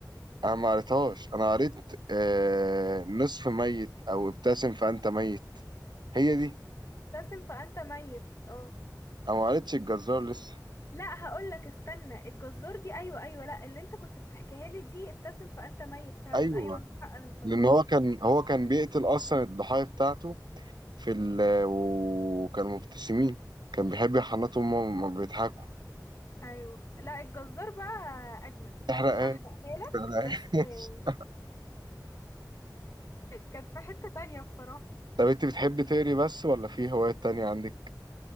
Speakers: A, on the right; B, on the left.
A: انا ما قريتهاش انا قريت آه نصف ميت او ابتسم فانت ميت هي دي
B: ابتسم فأنت ميت اه
A: انا ما قريتش الجزار لسه
B: لا هقول لك استنى الجزار دي ايوه ايوه لا اللي انت كنت بتحكيها لي دي ابتسم فأنت ميت فعلا
A: ايوه
B: ايوه عندك حق انا متلخبطه
A: لان هو كان هو كان بيقتل اصلا الضحايا بتاعته في ال وكانوا مبتسمين كان بيحب يحنطهم وهم بيضحكوا
B: ايوه لا الجزار بقى اجمد
A: احرق
B: مش
A: ايه
B: هحرقها لك
A: احرق ايه
B: بس
A: <laughs>
B: <laughs> كانت في حتة تانية بصراحة
A: طب انت بتحبي تقري بس ولا في هوايات تانية عندك